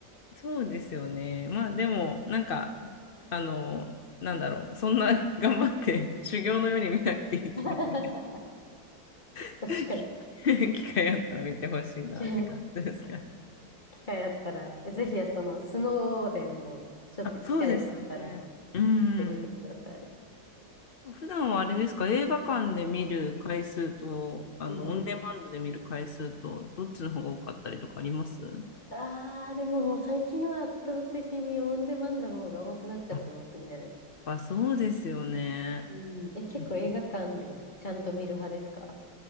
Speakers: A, on the left; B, on the left.
A: そうですよね。まあでも、なんか、あの、なんだろう、そんな頑張って修行のように見なくていいと思うんで、
B: <laughs> 確
A: <laughs>
B: かに。
A: 機会あったら見てほしいなって感じですかね
B: <laughs> 機会あったら、ぜひ、その、スノーデンも、ちょっと機会があったら、
A: あ、そうですね。
B: 行っ
A: うん。
B: てみてください。
A: 普段はあれですか、映画館で見る回数と、あの、
B: うんうん。
A: オンデマンドで見る回数と、どっちの方が多かったりとかあります
B: ああ、でももう最近は圧倒的にオンデマンドの方が多くなっちゃってますね。
A: あ、やっぱそうですよね。
B: うん、え、結構映画館でちゃんと見る派ですか
A: うん